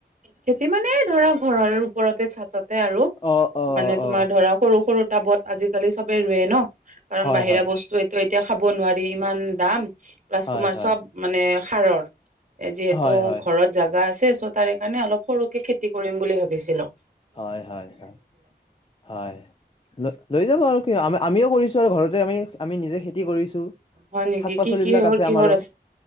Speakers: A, on the right; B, on the left.
A: খেতি মানে ধৰক ঘৰৰ ওপৰতে চাদ তাতে আৰু
B: অ অ
A: মানে তোমাৰ
B: অ
A: ধৰা সৰু সৰু টাবত আজিকালি চবে ৰুৱে ন'। কাৰণ
B: হয়
A: বাহিৰা
B: হয়
A: বস্তু সটো এতিয়া খাব নোৱাৰি ইমান দাম। প্লাছ
B: হয়
A: তোমাৰ
B: হয়
A: চব মানে সাৰৰ এ, যিহেতু
B: হয় হয়
A: ঘৰত যা জা <unintelligible> আছে চতাৰে কাৰণে অলপ সৰুকে খেতি কৰিম। বুলি ভাবিছিলোঁ।
B: হয়, হয়, হয়, হয়, ল লৈ যাব আৰু কি আমিও কৰিছো। ঘৰতে আমি আমি নিজে খেতি কৰিছোঁ। শাক-পাচল
A: হয় নেকি কি কি কিহৰ
B: বিলাক আছে
A: কিহৰ
B: আমাৰো,